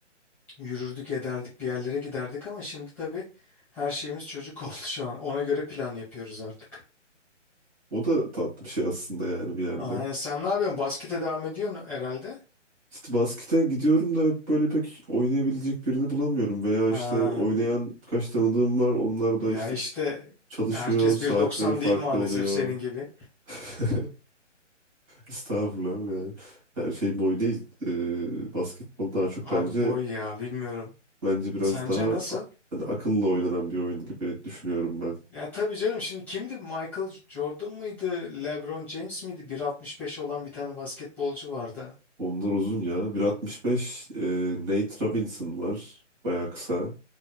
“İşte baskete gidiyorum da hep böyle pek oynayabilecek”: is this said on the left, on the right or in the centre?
Right